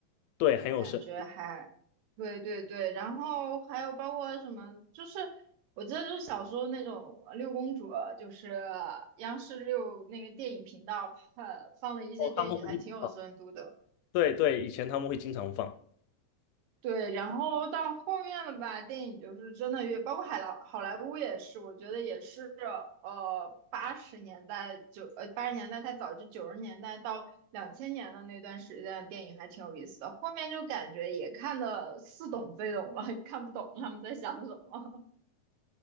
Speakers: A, on the left; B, on the right.
A: 对，很有深
B: 感觉还，对对对，然后还有包括什么，就是我记得就是小时候那种呃六公主，就是央视六那个电影频道呃放的一些电影，
A: 哦，他们会一直放，
B: 还挺有深度的。
A: 对对，以前他们会经常放，
B: 对，然后到后面了吧，电影就是真的越，包括海莱好莱坞也是，我觉得也是，呃，八十年代九呃八十年代太早，就九十年代到两千年的那段时间，电影还挺有意思的。后面就感觉也看得似懂非懂了，看不懂他们在想什么。<laughs>